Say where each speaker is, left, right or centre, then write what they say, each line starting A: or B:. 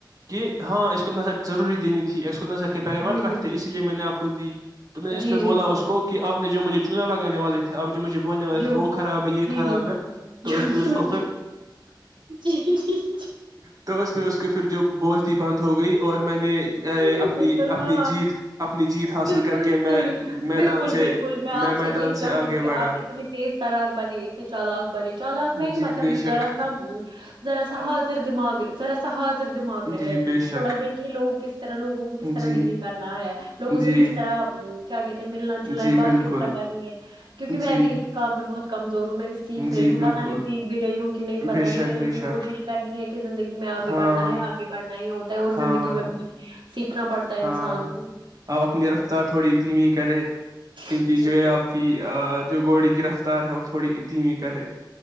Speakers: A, on the right; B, on the right.
A: جی ہاں اس کون ن سا <unintelligible> دینی تھی اس کو نظر کے پغگروات
B: جی
A: رکھتے اس لیے میں نے آپ کوود تو
B: جی
A: میں نے اس پہ
B: جی جی
A: بولا
B: جی
A: اس کو کہ آپ جو مجھے چونا لگانے والے تھے اب جو ب
B: جو
A: وہ خراب یہ
B: جی
A: خراب
B: جی
A: تو
B: جو
A: پو اس
B: جو
A: کفر
B: جی جی جی
A: تو پ کےھر جو بولتی بند ہو گئی اور میں نے اے،
B: جی جی
A: اپنی
B: بالکل ہاں
A: اپنی جیت اپنی جیت حاصل
B: بالکل
A: کر کے میں
B: صحیح
A: میدان
B: بالکل
A: سے
B: بالکل میں آپ سے
A: میدان
B: یہی چاہتی
A: آگے
B: ہوں کہ
A: بڑھا
B: آپ اتنے تیز ترار بنے اتنے چالق بنے چالق نہیں
A: جی
B: مطلب
A: بے شک
B: ذرا سا ذا سا حاضر دمغ ذا سا دماغ رہے
A: جی
B: تھوڑا
A: بے شک
B: دیکھیے لوگ کس طرح لوگوں کو کس طرح
A: جی
B: ڈیل کرنا ہے لوگوں
A: جی
B: سے کس طرح کیا کہتے ہیں ملنا جلنا
A: جی
B: ہے بات
A: بالکل
B: کس طرح کرنی ہے کیونکہ میں
A: جی
B: ا بھی اس کام میں بہت کمزور ہوں میں بھی سیکھ رہی
A: جی
B: ہوں
A: بالکل
B: پتا نہیں سیکھ بھی رہی ہوں کہ نہیں پتا
A: بے
B: نہیں
A: شک
B: ہے لیکن
A: بے شک
B: کوشش کرنی ہے کہ زندگی میں آگے
A: ہاں
B: بڑھ نا ہے آگے بڑھنا ہی ہوتا ہے اور
A: ہاں
B: زندگی میں بہت سیکھنا پڑتا ہے
A: ہاں
B: انسان کو
A: اب اپنی رفتار تھوڑی دھیمی کر کیونکہ
B: جی
A: جو ہے
B: بالکل
A: آپ کی جو گوڑے گرفتار ہوو تھوڑی ادمی کرے